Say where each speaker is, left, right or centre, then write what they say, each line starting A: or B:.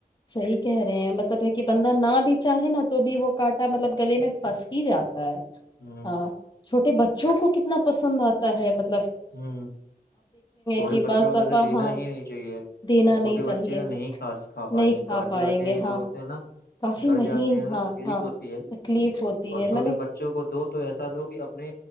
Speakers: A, on the left; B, on the left.
A: صحیح کہہ رہے ہیں مطلب ہے کہ بندہ نہ بھی چاہے نا تو بھی وہ کانٹا مطلب گلے میں پھنس ہی جاتا ہے
B: ہ
A: ہاں چھوٹے بچے جو کو کتنا پسند آتا ہے ملب
B: ہ چھوٹے
A: کہ
B: بچوں
A: بعض دفعہ
B: کو تو ایسے دینا
A: ہاں
B: ہی نہیں چاہیے
A: دینا
B: کہ
A: نہیں
B: چھوٹے
A: چاہیے
B: بچے نا نہیںا کھا بائی
A: نہیں
B: کانٹے
A: پائیں
B: واٹے
A: گے ہاں
B: جو ہوتے ہیں نا
A: کافی
B: گھر
A: مہین
B: جاتے ہیں تو
A: ہاں
B: تکلیف
A: ہاں
B: ہوتی ہے نا
A: تکلیف ہوتی
B: اور
A: ہے
B: چھوٹے
A: میں نے
B: بچوں کو دو تو ایسا دو کہ اپنے